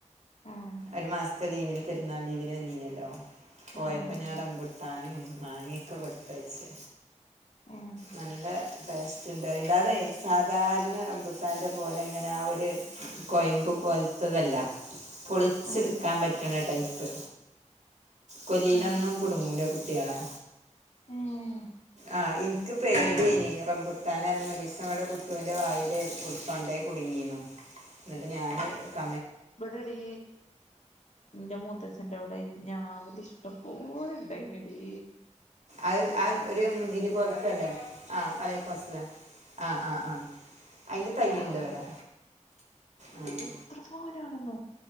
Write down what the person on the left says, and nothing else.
ആഹ്
ആഹ് ആഹ്
ഏഹ്
ആഹ്
ആഹ് ആഹ്
ഏഹ്
ഇവിടെടി എന്റെ മൂത്തച്ഛൻന്റെ അവിടെ ഞവല് ഇഷ്ടംപോലെ ഉണ്ട എടി
<unintelligible>
ഞാവല്
എത്രവാ റ്റാണെന്നോ?